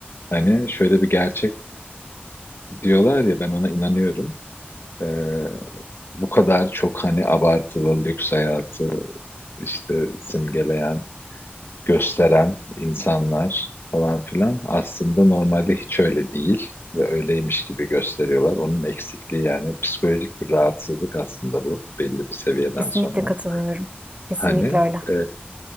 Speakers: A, on the left; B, on the right.
A: Hani şöyle bir gerçek diyorlar ya ben ona inanıyorum. E, bu kadar çok hani abartılı lüks hayatı işte simgeleyen, gösteren insanlar falan filan aslında normalde hiç öyle değil ve öyleymiş gibi gösteriyorlar. Onun eksikliği yani psikolojik bir rahatsızlık aslında bu belli bir seviyeden
B: Kesinlikle
A: sonra.
B: katılıyorum. Kesinlikle
A: Hani
B: öyle.
A: e,